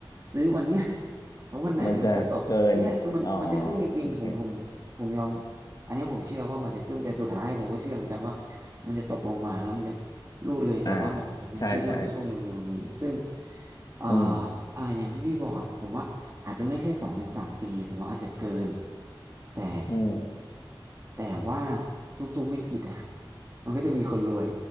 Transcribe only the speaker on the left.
มันจะเกินอ๋อโอเค
อ่าใช่ใช่
อืม
อืม